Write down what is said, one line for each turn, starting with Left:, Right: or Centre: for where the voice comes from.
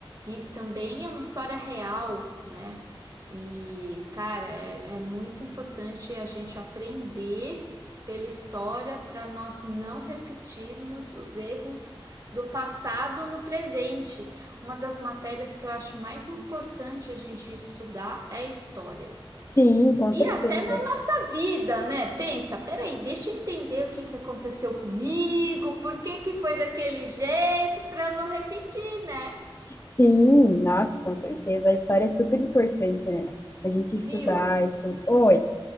Right: e também é uma história real, né? E, cara, é, é muito importante a gente aprender pela história para nós não repetirmos os erros do passado no presente. Uma das matérias que eu acho mais importante a gente estudar é a história.
Left: Sim, com
Right: E
Left: certeza.
Right: até na nossa vida, né? Pensa, peraí, deixa eu entender o que que aconteceu comigo, por que que foi daquele jeito, para eu não repetir, né?
Left: Sim, nossa, com certeza. A história é super importante, né? A gente estudar
Right: Viu?
Left: e tudo. Oi,